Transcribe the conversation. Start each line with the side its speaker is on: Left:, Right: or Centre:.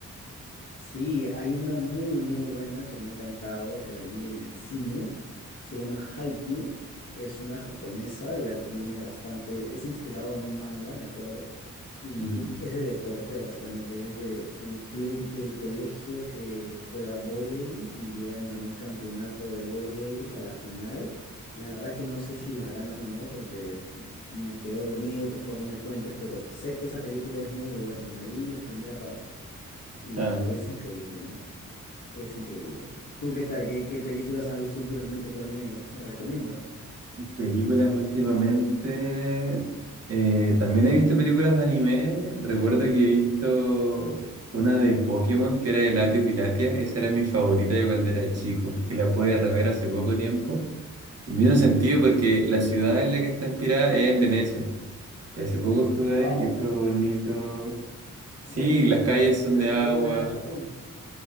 Left: Sí, hay una muy muy buena que me ha encantado, que la vi en el cine, se llama Haikyuu, es una japonesa, ya viene bastante, es inspirado en un manga, me acuerdo, y
Right: Ujú.
Left: es de deporte básicamente, es de un club de colegio que juega vóley y llegan a un campeonato de vóley a la final. La verdad que no sé si la ganan o no porque me quedé dormido, por favor no me cuentes, pero sé que esa película es muy buena, me vi la primera parte. Y
Right: Ah,
Left: es increíble, ¿no? Es increíble. ¿Tú qué tal? ¿Qué, qué películas has visto últimamente? ¿Cuál me, me recomiendas?
Right: películas últimamente. eh, también he visto películas de anime. Recuerdo que he visto una de Pokémon que era de Latios y Latias. Esa era mi favorita de cuando era chico. Y la pude rever hace poco tiempo. Y me hizo sentido porque la ciudad en la que está inspirada es en Venecia. Y hace poco estuve
Left: ¡Wow!
Right: ahí y fue bonito Sí,
Left: No tenía
Right: las calles
Left: idea. Yo pensaba
Right: son de
Left: que
Right: agua.
Left: todo era en Japón.